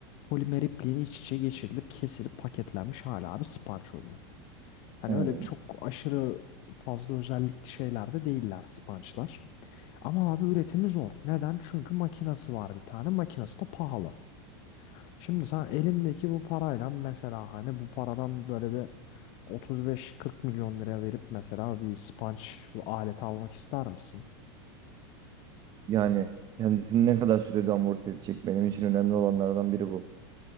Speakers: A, on the left; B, on the right.
A: Polimer ipliğin iç içe geçirilip kesilip paketlenmiş hala bir sponge oluyor. Hani
B: aynen.
A: öyle çok aşırı fazla özellikli şeyler de değiller sponge'lar. Ama abi üretimi zor. Neden? Çünkü makinası var bir tane. Makinası da pahalı. Şimdi sen elindeki bu parayla mesela hani bu paradan böyle bir 35-40 milyon lira verip mesela bir sponge aleti almak ister misin?
B: Yani kendisini ne kadar sürede amorti edecek benim için önemli olanlardan biri bu.